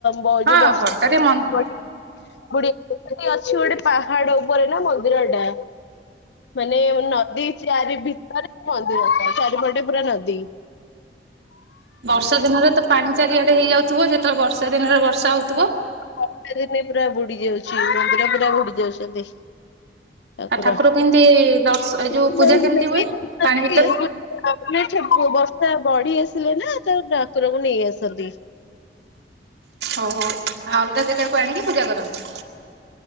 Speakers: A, on the left (about 80°); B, on the right (about 75°).
A: ବଉ <unintelligible>
B: ହଁ ଭଟ୍ଟାରେ ମନ୍ ହୁଁ
A: ଅଛି ଗୋଟେ ପାହାଡ ଉପରେ ନା ମନ୍ଦିର ଟା। ମାନେ ନଦୀ ଚାରି ଭିତରେ ମନ୍ଦିର ଚାରି ପଟେ ପୁରା ନଦୀ।
B: ବର୍ଷା ଦିନରେ ତ ପାଣି ଚାରିଆଡେ ହେଇଯାଉଥିବ। ଯେତେବେଳେ ବର୍ଷା ଦିନରେ ବର୍ଷା ହଉଥିବ।
A: ବର୍ଷା ଦିନେ ପୁରା ବୁଡି ଯାଉଛି ମନ୍ଦିର ପୁରା ବୁଡି ଯାଉଛନ୍ତି। ଠାକୁର
B: ଆଉ କେମିତି ଦର୍ଶ
A: <unintelligible>
B: ଏଇ ଯୋଉ ପୂଜା କେମିତି ହୁଏ ପାଣି ଭିତରେ?
A: ବର୍ଷା ବଢି ଆସିଲେ ନା ତାପରେ ଠାକୁରଙ୍କୁ ନେଇ ଆସନ୍ତି।
B: ଓ ହୋ ଆଉ ଅଲଗା ଜାଗାକୁ ଆଣିକି ପୂଜା କରନ୍ତି।